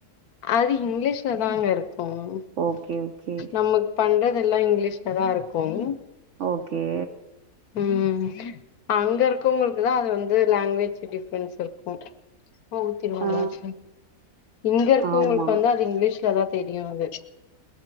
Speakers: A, on the left; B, on the right.
A: அது இங்கிலீஷ்ல தாங்க இருக்கும்
B: ஓகே ஓகே
A: நம்மக் பண்றது எல்லா இங்கிலீஷ்ல தா இருக்கும்
B: ஓகே
A: ம் அங்க இருங்கவுங்ளுக்கு தா அது வந்து லாங்வேஜ் டிஃப்ரன்ஸ் இருக்கும் ஊத்திரு வாங்க
B: ஆ
A: இங்க இருக்கவங்களுக்கு
B: ஆமா
A: வந்து அது இங்கிலீஷ்லதா தெரியு அது